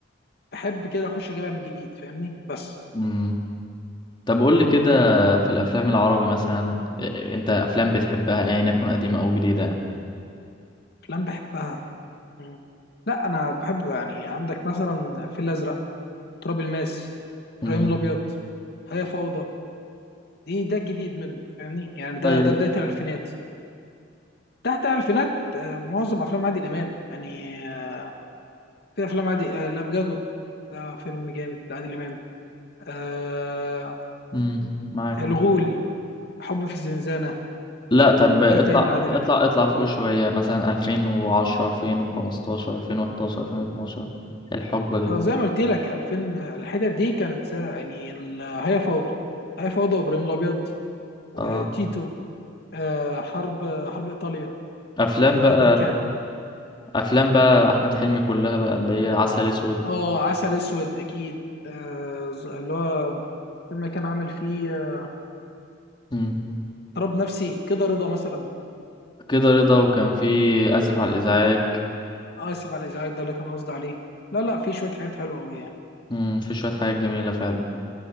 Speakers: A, on the left (about 60°); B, on the left (about 25°).
A: بحب كده اخش اجيبها من جديد فاهمني بس
B: امم طب قول لي كده في الافلام العربي مثلا آه، آه، انت افلام بتحبها ايا يكن قديمه او جديده يعني
A: افلام بحبها مم. لا انا بحب يعني عندك مثلا الفيل الازرق تراب الماس
B: امم
A: ابراهيم الابيض هي فوضى دي ده الجديد منه فاهمني يعني ده
B: ايوه
A: ده بدايه الالفينات تحت الالفينات آه، معظم افلام عادل امام يعني آه، في افلام عادي آه، الافجادو ده فيلم جامد لعادل امام آه
B: امم معاك
A: الغول حب في الزنزانه
B: لا طب اطلع
A: ايه تاني لعادل
B: اطلع
A: امام
B: اطلع فوق شويه مثلا 2010 2015 2011 2012 الحقبه دي
A: اه زي ما قلت لك 2000 الحتت دي كانت زي يعني ال- هي فوضى هي فوضى وابراهيم الابيض وتيتو
B: اه
A: آه حرب حرب ايطاليا
B: افلام
A: آه
B: بقى
A: دي كانت
B: افلام بقى احمد حلمي كلها بقى اللي هي عسل اسود
A: اه عسل اسود اكيد آه ز- اللي هو فيلم كان عامل فيه آه،
B: مم.
A: اضطراب نفسي كده رضا مثلا
B: كده رضا وكان في اسف على الازعاج
A: آه، اسف على الازعاج ده اللي كان قصدي عليه لا لا في شويه حاجات حلوه قوي يعني
B: مم. في شويه حاجات جميله فعلا